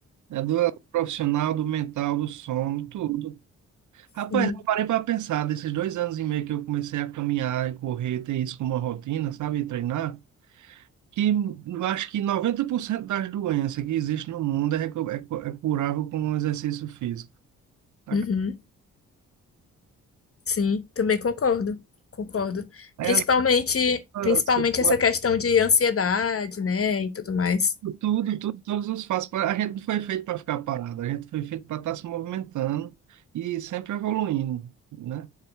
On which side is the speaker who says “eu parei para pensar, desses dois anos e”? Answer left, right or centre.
Right